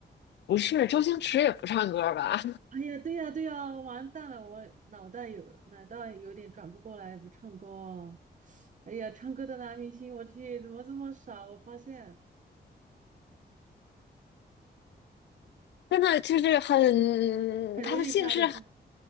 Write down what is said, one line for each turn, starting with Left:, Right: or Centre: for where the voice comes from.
Left: 不是，周星驰也不唱歌吧？
Right: 哎呀，对呀，对呀，完蛋了，我脑袋有脑袋有点转不过来，不唱歌哦。哎呀，唱歌的男明星，我去，怎么这么少？我发现
Left: <laughs> 真的就是很，
Right: 很容易猜的是吗？
Left: 他的姓氏，